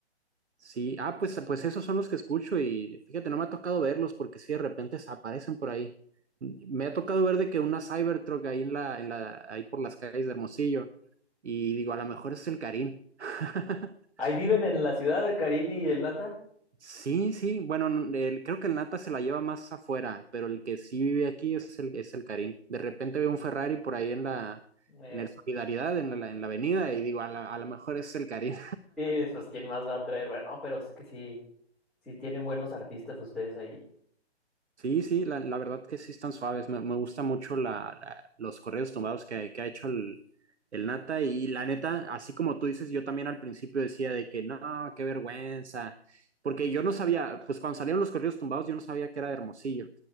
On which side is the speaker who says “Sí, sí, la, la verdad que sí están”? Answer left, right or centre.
Right